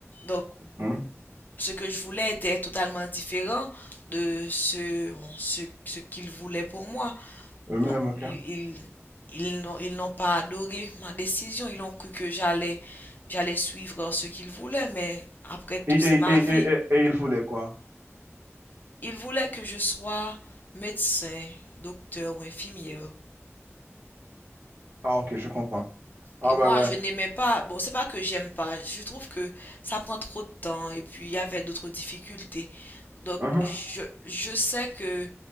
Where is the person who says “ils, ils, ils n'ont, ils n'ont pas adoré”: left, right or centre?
Left